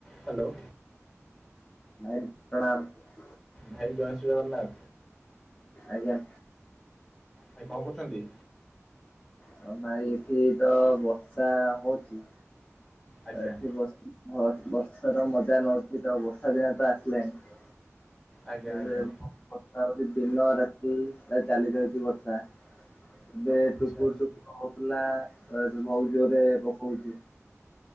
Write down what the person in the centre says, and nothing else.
Hello.
ଭାଇ ଦୟସ ଜଗନ୍ନାଥ।
ଭାଇ କଣ କରୁଛନ୍ତି?
ଆଜ୍ଞା
ଆଜ୍ଞା
ଆଜ୍ଞା
ଆଚ୍ଛା
ଆଚ୍ଛା